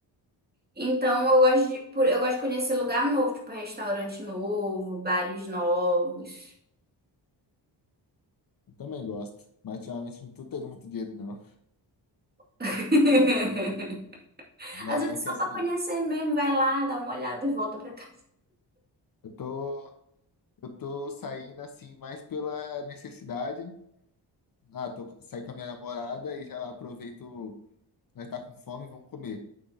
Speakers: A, on the right; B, on the left.
A: Então eu gosto de, por- eu gosto de conhecer lugar novo, tipo restaurante novo, bares novos.
B: Eu também gosto, mas ultimamente não tô tendo muito dinheiro, não.
A: <laughs>
B: Normalmente
A: Às vezes só
B: é assim,
A: pra conhecer mesmo, vai lá, dá uma olhada e volta pra casa.
B: eu tô, eu tô saindo assim mais pela necessidade. Ah, tô saí com a minha namorada e já aproveito, nós tá com fome, vamos comer.